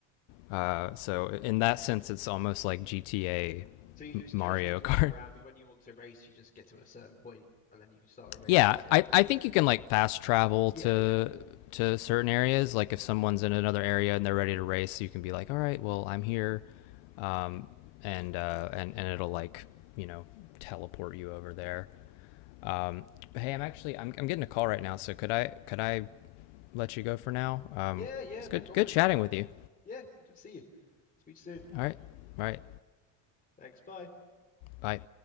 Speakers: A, on the left; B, on the left.
A: Uh, so in that sense, it's almost like GTA
B: So you just
A: Mario
B: casually drive
A: Kart.
B: around
A: <laughs>
B: and when you want to race you just get to a certain point and then you can start a race,
A: Yeah,
B: is it?
A: I, I think you can like fast travel
B: Yeah,
A: to
B: yeah.
A: to certain areas. Like if someone's in another area and they're ready to race, you can be like, all right, well I'm here, um, and uh, and and it'll like you know teleport you over there. Um, but hey, I'm actually I'm, I'm getting a call right now, so could I could I let you go for now? Um,
B: Yeah, yeah,
A: it's
B: no
A: good
B: problem.
A: good chatting with you.
B: Yeah, good to see you. Speak soon.
A: All right, all right,
B: Thanks. Bye.
A: bye.